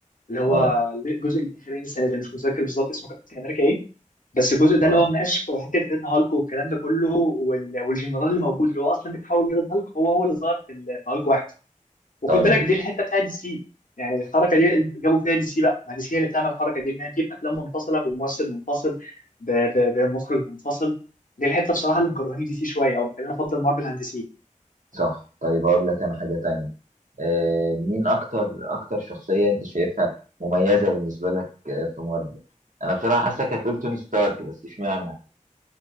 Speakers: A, on the left; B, on the right.
A: اللي هو
B: اه
A: الجزء الاخراني السنه دي مش متذكر بالظبط اسمه كابتن امريكا ايه بس الجزء ده
B: اه
A: اللي هو مناقش في حته ريد هالك والكلام ده كله وال... والجنرال اللي موجود اللي هو اصلا بيتحول لريد هالك هو هو اللي ظهر في ال- في هالك واحد وخد
B: طيب
A: بالك دي الحته بتاعت دي سي يعني الحركه دي اللي جابوا فيها دي سي بقى ما دي سي هي اللي بتعمل الحركه دي انها تجيب افلام منفصله بممثل منفصل ب- ب- بمخرج منفصل دي الحته بصراحه اللي مكرهاني دي سي شويه او مخليني افضل مارفل عن دي سي
B: صح طيب هقول لك انا حاجة تانية آه مين اكتر اكتر شخصية انت شايفها مميزة بالنسبة لك آه في مارفل انا بصراحة حاسسك هتقول توني ستارك بس اشمعنى